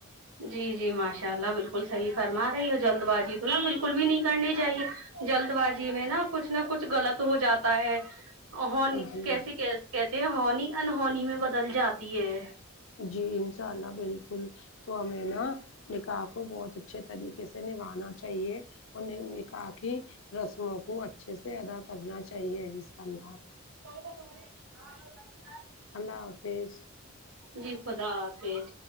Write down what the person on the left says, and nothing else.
جی
جی انساء اللہ بالکل تو ہمیں نا نکاح کو بہت اچھے طریقے سے نبھانا چاہیے انہیں نکاح کی رسموں کو اچھے سے ادا کرنا چاہیے انساء اللہ
اللہ حافظ